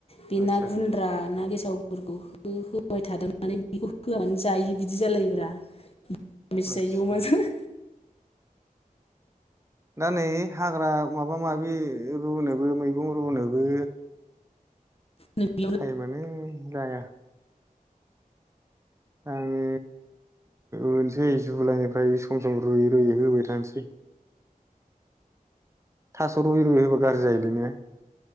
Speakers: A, on the left; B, on the right.
A: बे
B: आदसा
A: ना गुन्द्रा ना गेसा गेसावफोरखौ हो-होबाय थादावनानै बेखौ होआबानो जायि बिदि जालायोब्रा। बेसे
B: आदसा
A: जायो अमाजों।
B: दा नै हाग्रा माबा-माबि रुनोबो मैगं रुनोबो
A: बेयावनो
B: टाइमानो जाया। आङो रुनोसै जुलाइनिफ्राय सम सम रुयै रुयै होबाय थानोसै। थास' रुयै रुयै होबा गाज्रि जायोलै ने?